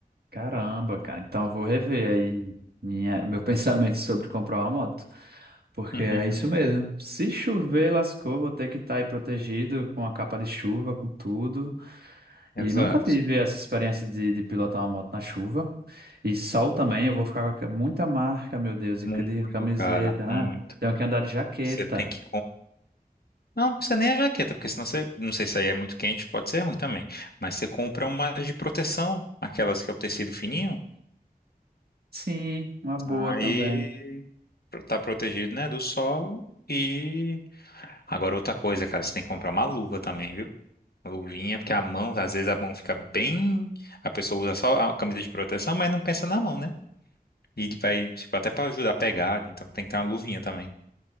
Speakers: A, on the right; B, on the left.
A: Caramba, cara. Então eu vou rever aí minha, meu <laughs> pensamento sobre comprar uma moto. Porque
B: <laughs>
A: é isso mesmo. Se chover, lascou, vou ter que estar aí protegido com a capa de chuva, com tudo. E
B: Exato.
A: nunca tive essa experiência de, de pilotar uma moto na chuva. E sol também, eu vou ficar com muita marca, meu Deus, e
B: Muito,
A: de camiseta,
B: cara,
A: né?
B: muito.
A: Tenho que andar de jaqueta.
B: Você tem que Não, não precisa nem a jaqueta, porque senão você, não sei se aí é muito quente, pode ser ruim também. Mas você compra umas de proteção, aquelas que é o tecido fininho,
A: Sim, uma boa
B: aí
A: também.
B: tá protegido, né, do sol. E agora outra coisa, cara, você tem que comprar uma luva também, viu? Uma Luvinha, porque a mão, às vezes a mão fica bem. A pessoa usa só a camisa de proteção, mas não pensa na mão, né? E vai, tipo, até pra ajudar a pegar, então tem que ter uma luvinha também.